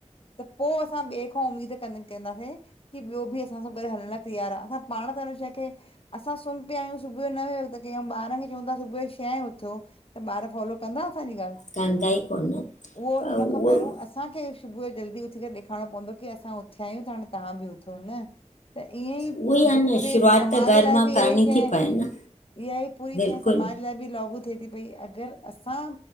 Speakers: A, on the left; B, on the left.
A: त पो असां ॿिए खां उमीद कन कंदासीं, की ॿियो बि असां सां गॾु हलण लाइ तैयार आ। असां पाण त हुन शैए खे असां सुम्ह पिया आहियूं सुबुह नवे वॻे अऊं ॿारन खे चवंता सुबुह जो छहें उथो। त ॿार फॉलो कंदा असांजी ॻाल्हि?
B: कंदा ई कोनि,
A: उहो
B: त
A: उन
B: उवोव
A: खां पहिरियों असांखे सुबुह जल्दी उथी करें ॾेखारणो पवंदो की असां उथिया आहियूं त हाणे तहां बि उ थो न, त इएं ई
B: उहो
A: पूरी
B: आहे न शुरूआति
A: समाज
B: त घर
A: लाइ
B: मां
A: बि इहा
B: करणी
A: ई शहे,
B: थी पए न
A: इया ई पूरी
B: बिल्कुलु
A: शइ समाज लाइ बि लागू थिए थी पई, अॻरि असां